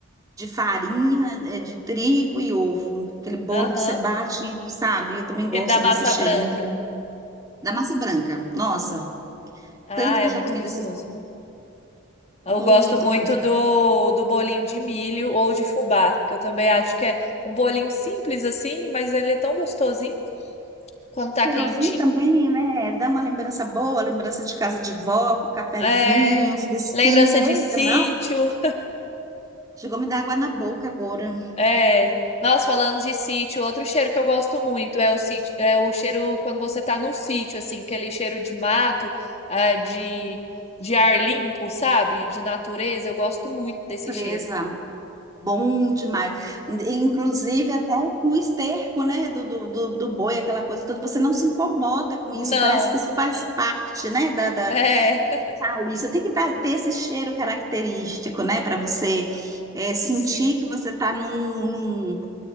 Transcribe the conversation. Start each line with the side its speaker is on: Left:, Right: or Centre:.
Right: de farinha, é, de trigo e ovo. Aquele bolo
Left: Aham.
Right: que você bate, sabe? Eu também
Left: Ele
Right: gosto
Left: dá massa
Right: desse cheirinho
Left: branca.
Right: Da massa branca. Nossa,
Left: Ah,
Right: tanto que
Left: é
Right: eu
Left: muito
Right: já comi
Left: gostoso.
Right: desses bolos.
Left: Eu
Right: Muito
Left: gosto muito
Right: com já.
Left: do, do bolinho de milho ou de fubá, que eu também acho que é um bolinho simples assim, mas ele é tão gostosinho quando tá
Right: Cheirosinho
Left: quentinho.
Right: também, né? Dá uma lembrança boa, lembrança de casa de vó, com cafezinho,
Left: É,
Right: fresquinho.
Left: lembrança de sítio.
Right: Eita, não. Chegou a me dar água na boca agora.
Left: É, nossa, falando de sítio, outro cheiro que eu gosto muito é o sítio, é o cheiro quando você tá no sítio, assim, aquele cheiro de mato, ah, de, de ar limpo, sabe? De natureza. Eu gosto muito desse
Right: Presa.
Left: cheiro.
Right: Bom demais. In- Inclusive, até no esterco, né, do, do, do, do boi, aquela coisa toda, você não se incomoda com
Left: Não,
Right: isso, parece que isso faz parte, né, da, da,
Left: é, <laughs>
Right: Thalissa, tem que dar- ter esse cheiro característico, né? Para você é, sentir
Left: sim.
Right: que você está num, num,